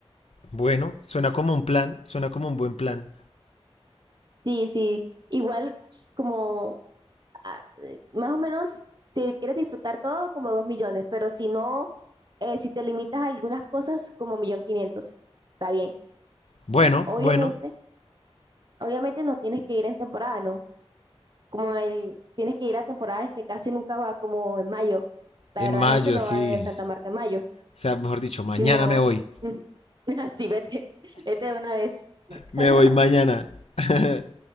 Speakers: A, on the left (about 80°); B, on the right (about 45°).
A: Bueno, suena como un plan, suena como un buen plan.
B: Sí, sí. Igual ps, como ah, eh, más o menos si quieres disfrutar todo, como dos millones, pero si no eh, si te limitas a algunas cosas como millón quinientos está bien.
A: Bueno,
B: Obviamente,
A: bueno,
B: obviamente no tienes que ir en temporada, ¿no? Como el, tienes que ir a temporadas que casi nunca va, como en mayo. La
A: en
B: verdad,
A: mayo
B: la gente no
A: sí.
B: va a Santa Marta en mayo,
A: O sea, mejor dicho, mañana
B: sino
A: me voy.
B: <laughs> así vete, <laughs> vete de una vez. <laughs>
A: Me voy mañana. <laughs>